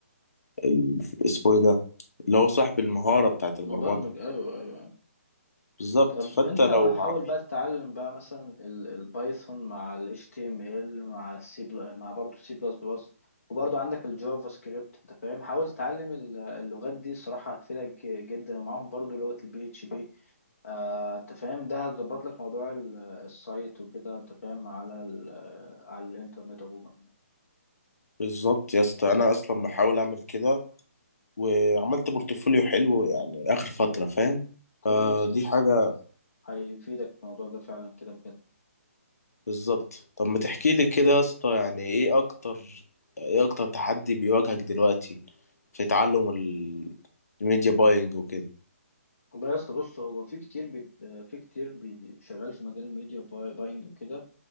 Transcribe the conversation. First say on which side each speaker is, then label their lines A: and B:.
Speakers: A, on the left (about 80°); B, on the left (about 65°).
A: ال- اسمه ايه ده اللي
B: م-
A: هو صاحب المهارة
B: م-
A: بتاعت
B: مبرمج
A: البرمجة
B: ايوه ايوه
A: بالظبط
B: طب
A: فانت
B: انت
A: لو
B: حاول
A: مع
B: بقى تتعلم بقى مثلا ال- البايثون مع ال HTML مع السي بل... مع برضه سي بلس بلس وبرضه عندك الجافا سكريبت انت فاهم حاول تتعلم ال- اللغات دي صراحة هتفيدك ج- جدا ومعاهم برضه لغة البي اتش بي آه انت فاهم ده هتظبط لك موضوع ال- السايت وكده انت فاهم على ال- على الانترنت عموما يعني
A: بالظبط يا اسطى انا اصلا بحاول اعمل كده وعملت بورتفوليو حلو يعني اخر فترة فاهم
B: كويس
A: فدي
B: والله
A: حاجة
B: هيفيدك الموضوع ده فعلا كده بجد
A: بالظبط طب ما تحكي لي كده يا اسطى يعني ايه اكتر ايه اكتر تحدي بيواجهك دلوقتي في تعلم ال- الميديا باينج وكده
B: والله يا اسطى بص هو في كتير بي... في كتير بي... شغال في مجال الميديا باي- باينج وكده